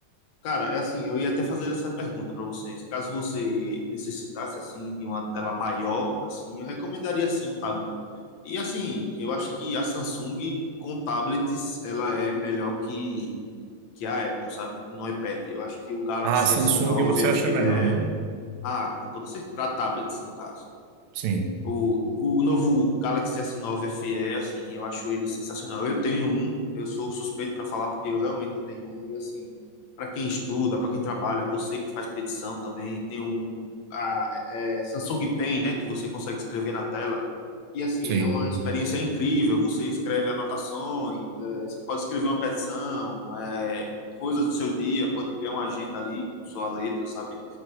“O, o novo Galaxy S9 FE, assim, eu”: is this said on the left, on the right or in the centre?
Left